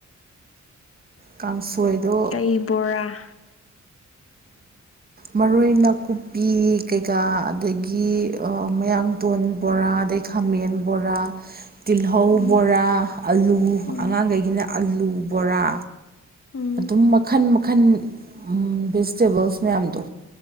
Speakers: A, on the right (about 30°); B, on the left (about 50°).
A: ꯀꯥꯡꯁꯣꯏꯗꯣ
B: ꯀꯩ ꯕꯣꯔꯥ
A: ꯃꯔꯣꯏ ꯅꯥꯀꯨꯞꯄꯤ ꯀꯩꯀꯥ ꯑꯗꯒꯤ ꯃꯌꯥꯡ ꯇꯣꯟ ꯕꯣꯔꯥ ꯑꯗꯩ ꯈꯥꯃꯦꯟ ꯕꯣꯔꯥ ꯇꯤꯜꯍꯧ
B: ꯎꯝ
A: ꯕꯣꯔꯥ ꯑꯂꯨ
B: ꯎꯝ
A: ꯑꯉꯥꯡꯈꯩꯒꯤꯅ ꯑꯂꯨ ꯕꯣꯔꯥ
B: ꯎꯝ
A: ꯑꯗꯨꯝ ꯃꯈꯟ ꯃꯈꯜ ꯎꯝ ꯚꯤꯖꯤꯇꯦꯕꯜꯁ ꯃꯌꯥꯝꯗꯣ